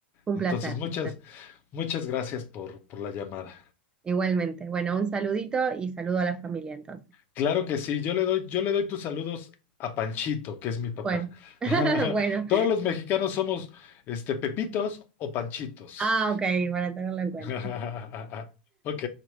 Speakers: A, on the right; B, on the left.
A: un
B: Entonces,
A: placer,
B: muchas,
A: un placer.
B: muchas gracias por, por la llamada.
A: Igualmente. Bueno, un saludito y saludo a la familia entonces.
B: Claro que sí, yo le doy, yo le doy tus saludos a Panchito, que es mi papá.
A: Bueno, <laughs>
B: <laughs>
A: bueno.
B: Todos los mexicanos somos este, Pepitos o Panchitos.
A: Ah, ok, para tenerlo en cuenta.
B: <laughs> Ok,